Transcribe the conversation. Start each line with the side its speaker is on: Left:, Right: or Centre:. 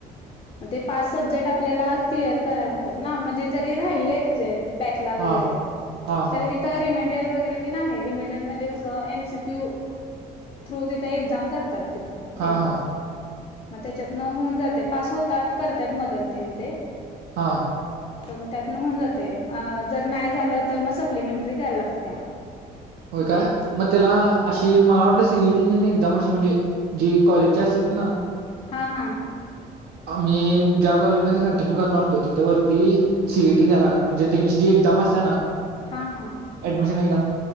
Left: मग ते पाच सब्जेक्ट आपल्याला क्लिअर करायला लागतात ना म्हणजे जरी राहिले तुझे बॅकला वगैरे
Right: हा हा
Left: तर तिथ रिमेंडर वगैरे ते आहे. रिमाइंडर म्हणजे कस एम सी क्यू थ्रू तिथ एक्झाम करतात तिथं त्याने.
Right: हा हा
Left: मग त्याच्यातन होऊन जाते. पास होतात. करतात मदत त्यांने ते
Right: हा.
Left: पण त्यात न होऊन जाते. जर नाही झालं तर मग सप्लिमेंटरी द्यायला लागत्या.
Right: होय काय मग त्याला अशी मला वाटलं सीईटी न ना एक्झाम अशी म्हणजे जी कॉलेजची असतात ना
Left: हा हा.
Right: मी ज्या कॉलेजमध्ये कंटिन्यू करणार होतो तिथ वरती सीईटीला म्हणजे त्यांची जी एक्झाम असते ना
Left: हा हा
Right: ऍडमिशन एक्झाम